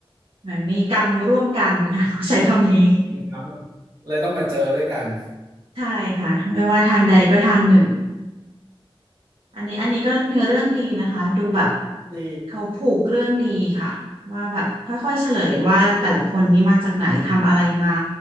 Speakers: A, on the right; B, on the right.
A: เหมือนมีกรรมร่วมกันค่ะ <laughs> ต้องใช้คำนี้
B: นี่ครับเลยเลยต้องมาเจอด้วยกัน
A: ใช่ค่ะไม่ว่าทางใดก็ทางหนึ่งอันนี้อันนี้ก็เนื้อเรื่องดีนะคะดูแบบ
B: ดี
A: เขาผูกเรื่องดีค่ะว่าแบบค่อยๆเฉลยว่าแต่ละคนนี่มาจากไหนทำอะไรมา